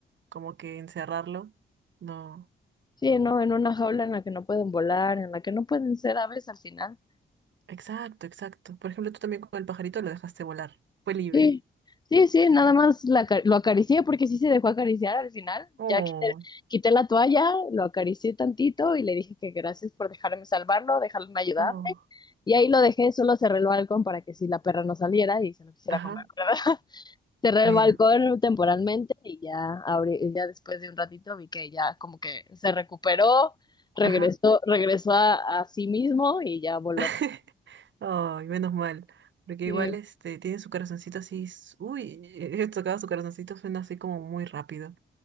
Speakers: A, on the right; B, on the left.
A: como que encerrarlo, no.
B: Sí, ¿no? En una jaula en la que no pueden volar, en la que no pueden ser aves al final.
A: Exacto, exacto. Por ejemplo, tú también con el pajarito lo dejaste volar. Fue libre.
B: Sí, sí, sí, nada más la aca- lo acaricié porque sí se dejó acariciar al final.
A: Oh,
B: Ya quité, quité la toalla, lo acaricié tantito y le dije que gracias por dejarme salvarlo, dejarme ayudarme.
A: oh.
B: Y ahí lo dejé, solo cerré el balcón para que si la perra no saliera y se lo quisiera
A: Ajá.
B: comer, ¿verdad? <laughs> Cerré
A: Bueno.
B: el balcón temporalmente y ya, abrí, ya después de un ratito vi que ya como que se recuperó, regresó,
A: Ajá.
B: regresó a a sí mismo y ya voló.
A: <laughs> Ay, menos mal. Porque
B: Sí.
A: igual este tiene su corazoncito así. s- Uy, he tocado su corazoncito, suena así como muy rápido.